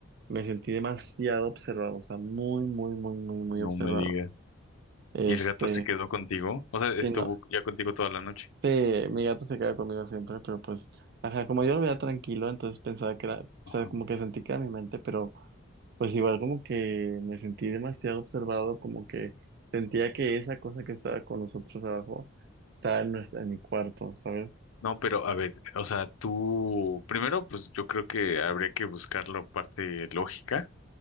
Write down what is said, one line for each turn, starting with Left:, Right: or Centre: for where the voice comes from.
Right: me sentí demasiado observado, o sea, muy, muy, muy, muy, muy
Left: no
Right: observado.
Left: me digas.
Right: Este,
Left: ¿Y el gato se quedó contigo? O sea,
Right: sí,
Left: estuvo
Right: no,
Left: ya contigo toda la noche.
Right: Sí, mi gato se queda conmigo siempre, pero pues, ajá, como yo lo veía tranquilo, entonces pensaba que era, o sea,
Left: Ajá.
Right: como que sentí que era mi mente, pero pues igual como que me sentí demasiado observado, como que sentía que esa cosa que estaba con nosotros abajo estaba en, nues- en mi cuarto, ¿sabes?
Left: No, pero a ver, o sea, tú, primero, pues yo creo que habría que buscar la parte lógica.